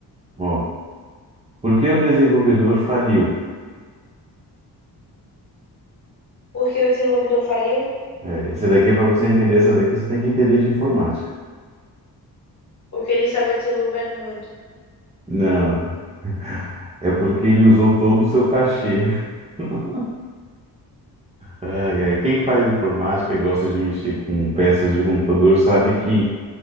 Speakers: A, on the right; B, on the left.
A: Ó, por que o desenvolvedor faliu?
B: Porque o desenvolvedor faliu?
A: É, essa daqui, para você entender essa daqui, você tem que entender de informática.
B: Porque ele estava desenvolvendo muito.
A: Não, é porque ele usou todo o seu cachê. <laughs> Ai, ai, Quem faz informática e gosta de mexer com peças de computador sabe que